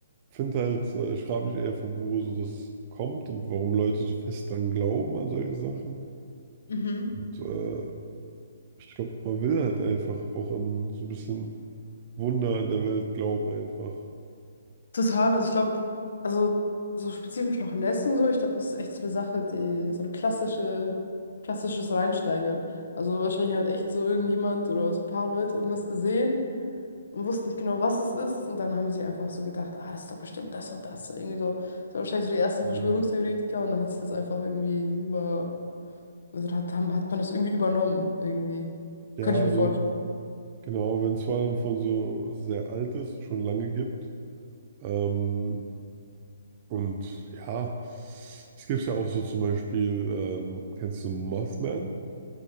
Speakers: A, on the right; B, on the left.
A: finde halt, äh, ich frage mich eher, von wo so das kommt und warum Leute so fest dran glauben an solche Sachen.
B: Mhm.
A: Und, äh, Ich glaube, man will halt einfach auch an so ein bisschen Wunder in der Welt glauben einfach.
B: Total, also ich glaube, also so spezifisch noch Les und so, ich glaube, das ist echt so eine Sache, die so eine klassische, klassisches Reinsteigern. Also wahrscheinlich hat echt so irgendjemand oder so ein paar Leute irgendwas gesehen und wussten nicht genau, was es ist. Und dann haben sie einfach so gedacht, ah, das ist doch bestimmt das und das. Irgendwie so, das waren wahrscheinlich so die ersten
A: Mhm.
B: Verschwörungstheoretiker und dann hat sich das einfach irgendwie über, also hat, haben, hat man das irgendwie übernommen, irgendwie.
A: Ja,
B: Könnte ich
A: also
B: mir vorstellen.
A: genau, wenn es vor allem von so sehr alt ist, schon lange gibt. Ähm, und ja, es gibt ja auch so zum Beispiel, ähm, kennst du Mothman?